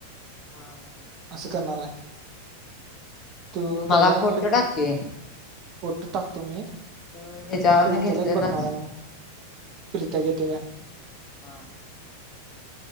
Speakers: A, on the left; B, on the right.
A: हां हां....
B: असं करणार आहे तू
A: मला
B: बघा
A: फोटो
B: बी
A: टाकते
B: फोटो टाकतो मी,
A: तू ह्याच्यावरन
B: प्रीत्याला
A: घेतलेलास
B: एक बघणार आहे मी. प्रीत्या घेतय काय.
A: हं